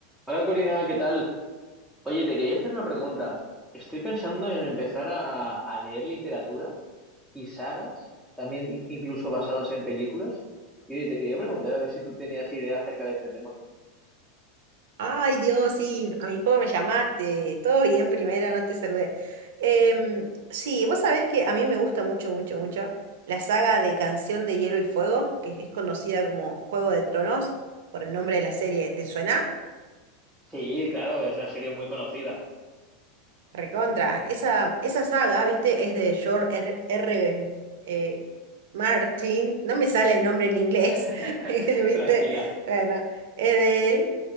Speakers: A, in the centre; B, on the right (about 70°).
A: Hola Corina, ¿qué tal? Oye, te quería hacer una pregunta. Estoy pensando en empezar a, a leer literatura y sagas, también incluso basados en películas. Y oye, te quería preguntar a ver si tú tenías idea acerca de este tema.
B: Ay, Dios, sí, a mi juego me llamaste. Todo bien primero, no te saludé. Em, sí, vos sabés que a mí me gusta mucho, mucho, mucho la saga de Canción de Hielo y Fuego, que es conocida como Juego de Tronos, por el nombre de la serie. ¿Te suena?
A: Sí, claro, es una serie muy conocida.
B: Recontra. Esa, esa saga, viste, es de George R. R. eh, Martin. No me sale el nombre en inglés,
A: <laughs>
B: <laughs> viste.
A: Tranquila.
B: Bueno, es de él.